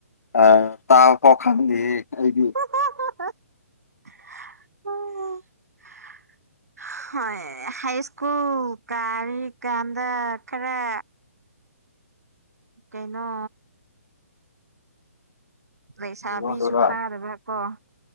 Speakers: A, on the left; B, on the right.
A: ꯑꯥ ꯇꯥꯐ‌ꯣꯛ ꯈꯪꯗꯦꯍ‌ꯦ ꯑꯩꯗꯤ
B: <unintelligible> ꯍꯣꯏ ꯍꯥꯏꯁ꯭ꯀꯨꯜ ꯀꯥꯔꯤ ꯀꯥꯟꯗ ꯈꯔ ꯀꯩꯅꯣ ꯂꯩꯁꯥꯕꯤꯁꯨ
A: ꯀꯩꯅꯣꯗꯨꯔ
B: ꯐꯥꯔꯕꯀꯣ